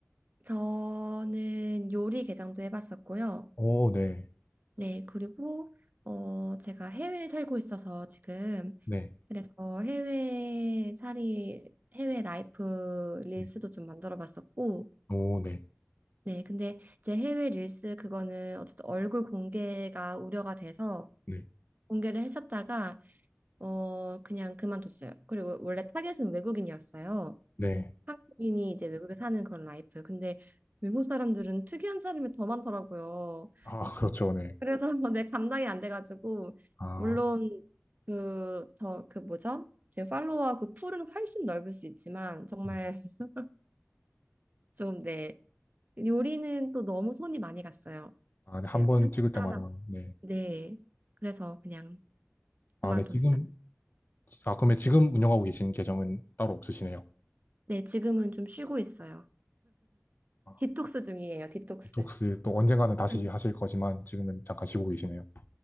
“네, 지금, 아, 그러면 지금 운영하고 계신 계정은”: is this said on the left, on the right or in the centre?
Left